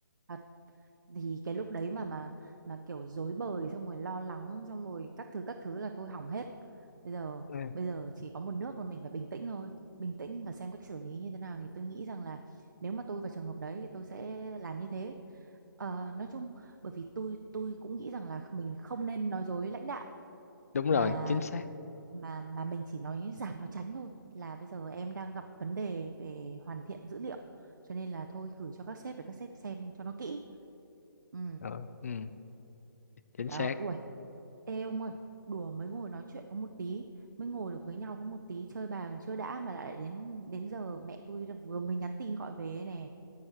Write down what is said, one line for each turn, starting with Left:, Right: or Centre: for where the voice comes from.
Right: à, thì cái lúc đấy mà mà mà kiểu rối bời xong rồi lo lắng xong rồi các thứ các thứ là thôi hỏng hết bây giờ
Left: Ừ,
Right: bây giờ chỉ có một nước là mình phải bình tĩnh thôi bình tĩnh và xem cách xử lý như thế nào thì tôi nghĩ rằng là nếu mà tôi vào trường hợp đấy thì tôi sẽ làm như thế Ờ, nói chung bởi vì tôi tôi cũng nghĩ rằng là mình không nên nói dối lãnh đạo
Left: đúng
Right: mà
Left: rồi chính xác
Right: mà mà mình chỉ nói giảm nói tránh thôi là bây giờ em đang gặp vấn đề về hoàn thiện dữ liệu cho nên là thôi gửi cho các sếp để các sếp xem cho nó kỹ ừ
Left: Ờ, ừ, chính
Right: đó,
Left: xác
Right: ui, ê ông ơi, đùa mới ngồi nói chuyện có một tí, mới ngồi được với nhau có một tí, chơi bài còn chưa đã mà lại đến đến giờ mẹ tôi đã vừa mới nhắn tin gọi về ấy nè.